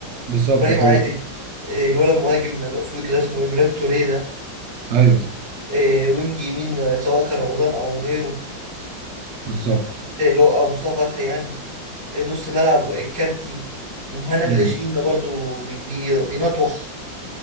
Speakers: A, on the right; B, on the right.
A: بالظبط
B: إبراهيم
A: دي حقيقة
B: عادل آه، الولد المهاجم الأفريقي ده اسمه إيه بلاد توريه ده
A: ايوه
B: آه، وينج يمين آه، سواء كان رمضان أو غيره
A: بالظبط
B: آه، اللي هو أو مصطفى فتحي يعني آه، نص ملعب آه، الكارتي ومهند
A: امم
B: لاشين ده برضو بي بي بينطوح